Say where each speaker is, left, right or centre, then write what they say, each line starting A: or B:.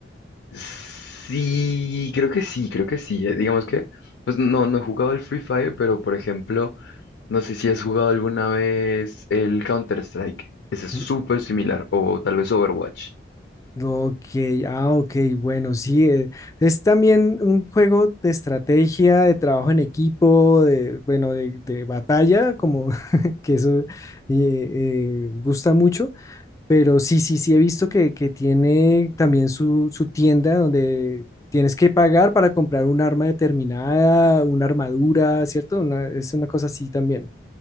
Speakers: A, on the left; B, on the left.
A: Sí, creo que sí, creo que sí. eh, Digamos que, pues no, no he jugado el Free Fire, pero por ejemplo, no sé si has jugado alguna vez el Counter-Strike. Ese es súper
B: Mm.
A: similar, o tal vez Overwatch.
B: Ok, ah, ok, bueno, sí, eh, es también un juego de estrategia, de trabajo en equipo, de, bueno, de, de batalla, como <laughs> que eso eh, eh, gusta mucho, pero sí, sí, sí, he visto que, que tiene también su, su tienda donde tienes que pagar para comprar un arma determinada, una armadura, ¿cierto? Una- es una cosa así también.